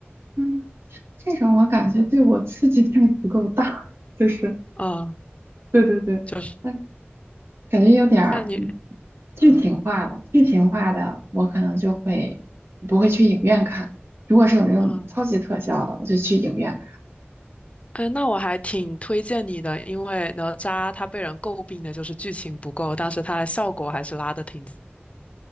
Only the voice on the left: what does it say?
哦，
就是
那你，
嗯
啊
嗯，那我还挺推荐你的，因为哪吒他被人诟病的就是剧情不够，但是他的效果还是拉的挺。